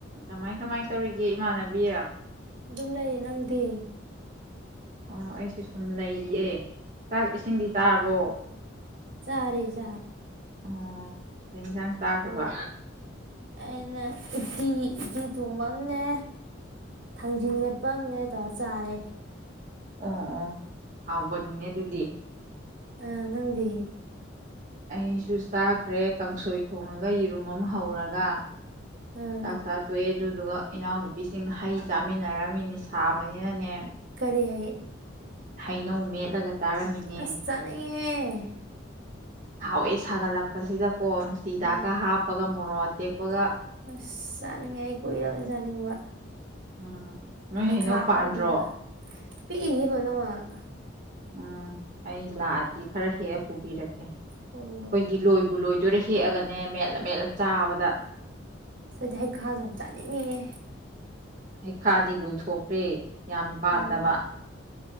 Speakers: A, on the right; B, on the right.
A: ꯀꯃꯥꯏ ꯀꯃꯥꯏ ꯇꯧꯔꯤꯒꯦ ꯏꯃꯥꯟꯅꯕꯤꯌꯦ
B: ꯑꯗꯨꯝ ꯂꯩꯌꯦ ꯅꯪꯗꯤ
A: ꯑꯣ ꯑꯩꯁꯨ ꯁꯨꯝ ꯂꯩꯔꯤꯌꯦ ꯆꯥꯛ ꯏꯁꯤꯡꯗꯤ ꯆꯥꯔꯕꯣ
B: ꯆꯔꯦ ꯆꯥ
A: ꯑꯣ ꯀꯩ ꯏꯟꯁꯥꯡ ꯆꯥꯈ꯭ꯔꯕ
B: ꯑꯩꯅ ꯎꯇꯤ <unintelligible> ꯊꯣꯡꯕ ꯑꯅꯦ ꯊꯥꯡꯖꯤꯡ ꯃꯦꯠꯄ ꯑꯃꯅꯦ ꯇꯧꯔ ꯆꯥꯔꯦ
A: ꯑꯣ ꯑꯣ ꯍꯥꯎꯕꯅꯤꯅꯦ ꯑꯗꯨꯗꯤ
B: ꯑ ꯅꯪꯗꯤ
A: ꯑꯩꯁꯨ ꯆꯥꯈ꯭ꯔꯦ ꯀꯥꯡꯁꯣꯏ ꯊꯣꯡꯉꯒ ꯌꯦꯔꯨꯝ ꯑꯃ ꯍꯧꯔꯒ
B: ꯑꯥ
A: ꯆꯥꯛ ꯆꯥ ꯇꯣꯛꯑꯦ ꯑꯗꯨꯗꯨꯒ ꯏꯅꯥꯎꯅꯨꯄꯤꯁꯤꯡ ꯍꯩ ꯆꯥꯃꯤꯟꯅꯔꯝꯃꯤꯅꯤ ꯁꯥꯕꯅꯤꯅꯅꯦ
B: ꯀꯔꯤ ꯍꯩ
A: ꯍꯩꯅꯧ ꯃꯦꯠꯂꯒ ꯆꯥꯔꯝꯃꯤꯅꯦ
B: ꯑꯁ <unintelligible>
A: ꯍꯥꯎꯋꯦ ꯁꯥꯒꯠꯂꯛꯄꯁꯤꯗ ꯀꯣ ꯅꯨꯡꯁꯤꯗꯥꯛꯀ
B: ꯎꯝ
A: ꯍꯥꯞꯄꯒ ꯃꯣꯔꯣꯛ ꯇꯦꯛꯄꯒ
B: ꯑꯁ ꯆꯥꯅꯤꯡꯉꯦ ꯑꯩ ꯀꯨꯏꯔꯕꯅꯤ ꯆꯥꯅꯤꯡꯕ
A: ꯎꯝ ꯅꯣꯏ
B: ꯍꯩꯈꯥ
A: ꯍꯩꯅꯧ
B: ꯑꯍꯥꯎꯕꯤꯒ
A: ꯄꯥꯟꯗ꯭ꯔꯣ
B: ꯄꯤꯛꯏꯌꯦ ꯂꯣꯏꯅꯃꯛ
A: ꯎꯝ ꯑꯩ ꯂꯥꯛꯑꯗꯤ ꯈꯔ ꯍꯦꯛ ꯄꯨꯕꯤꯔꯛꯀꯦ ꯑꯩꯈꯣꯏꯒꯤ
B: ꯄꯣꯔꯣ
A: ꯂꯣꯏꯕꯨ ꯂꯣꯏ <unintelligible> ꯍꯦꯛꯑꯒꯅꯦ ꯃꯦꯠꯂ ꯃꯦꯠꯂ ꯆꯥꯕꯗ
B: ꯁꯤꯗ ꯍꯩꯈꯥꯖ ꯌꯥꯝ ꯆꯥꯅꯤꯡꯉꯤꯌꯦ
A: ꯍꯩꯈꯥꯗꯤ ꯂꯣꯏꯊꯣꯛꯈ꯭ꯔꯦ ꯌꯥꯝ ꯄꯥꯟꯗꯕ
B: ꯎꯝ